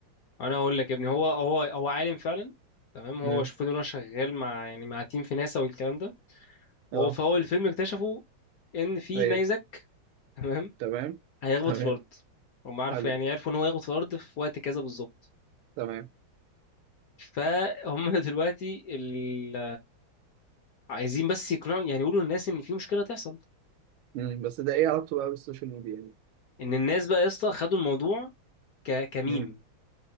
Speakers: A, on the left; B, on the right.
A: انا هقول لك يا ابني هو هو هو عالم فعلا تمام هو
B: امم
A: شوفوا ان هو شغال مع يعني مع تيم في ناسا والكلام ده وهو
B: اه
A: في اول الفيلم اكتشفوا ان في
B: طيب
A: نيزك تمام
B: تمام
A: هيخبط
B: تمام
A: في الارض هم عارفوا
B: حلو
A: يعني عرفوا ان هو يخبط في الارض في وقت كذا بالظبط
B: تمام
A: فهم <laughs> دلوقتي ال... عايزين بس يقنعوا يعني يقولوا للناس ان في مشكله تحصل
B: امم بس ده ايه علاقته بقى بالسوشيال ميديا يعني؟
A: ان الناس بقى يا اسطى خدوا الموضوع ك... كميم
B: مم.